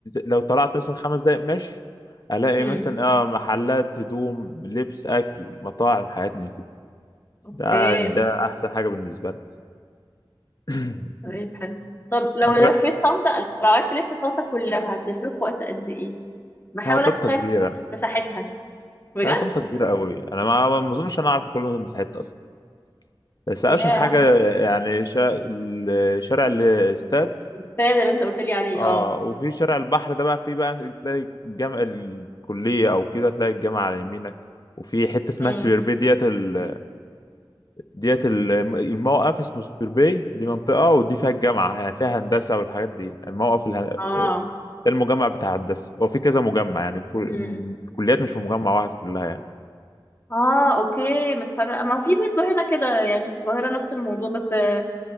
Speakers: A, on the left; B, on the left.
A: لو طلعت مثلا خمس دقايق ماشي الاقي
B: امم
A: مثلا اه محلات هدوم لبس اكل مطاعم حاجات من كده
B: اوكي
A: ده يعني ده احسن حاجه بالنسبه لي <clears throat>
B: طيب حلو طب لو
A: انا
B: لفيت
A: جا...
B: طنطا لو عايز تلف طنطا كلها هتلفيها في وقت قد ايه بحاول
A: ها طنطا
B: اتخيل
A: كبيره
B: مساحتها بجد
A: لا طنطا كبيره قوي انا ما ما اظنش انا اعرف كل مساحتها اصلا بس اشهر
B: ياه
A: حاجه يعني شا... ال- شارع الاستاد
B: الاستاد اللي انت قلت لي عليه
A: اه
B: اه
A: وفي شارع البحر ده بقى فيه بقى تلاقي الجامع الكلية او كده تلاقي الجامعة على يمينك وفي حتة اسمها
B: امم
A: سبير باي ديت ال... ديت ال- الموقف اسمه سبير باي دي منطقة ودي فيها الجامعة يعني فيها هندسة والحاجات دي الموقف الهن...
B: اه
A: ده المجمع بتاع هندسة هو في كذا مجمع يعني كل...
B: مم.
A: الكليات مش في مجمع واحد كلها يعني
B: اه اوكي متفرقه ما في برضه هنا كده يعني في القاهره نفس الموضوع بس آه،